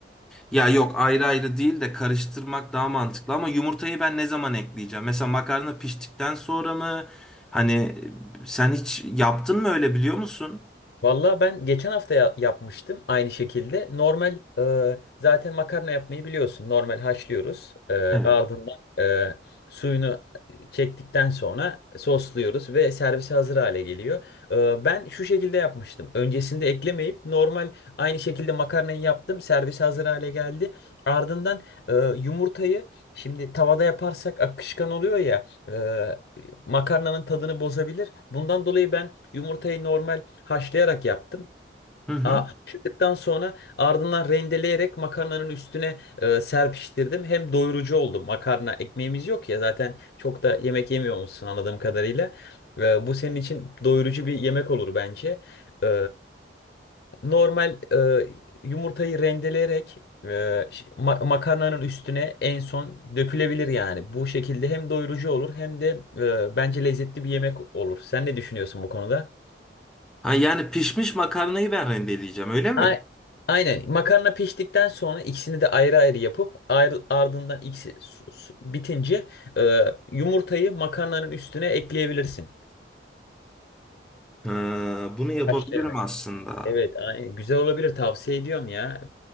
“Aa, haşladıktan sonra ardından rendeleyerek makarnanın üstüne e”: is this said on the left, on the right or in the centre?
Left